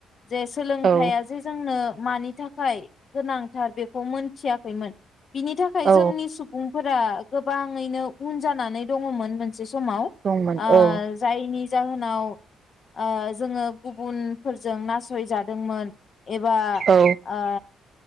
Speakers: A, on the left; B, on the right.
A: जे सोलोंथाइया
B: औ
A: जे जोंनो मानि थाखाय गोनांथार बेखौ मोनथियाखैमोन बिनि थाखाय
B: औ
A: जोंनि सुबुं फोरा गोब गोबाङैनो उन जानानै दङमोन मो मोनसे समाव ओ
B: दंमोन औ
A: जायनि जाहोनाव ओ जोङो गुबुनफोरजों नासयजादोंमोन एबा
B: औ
A: आ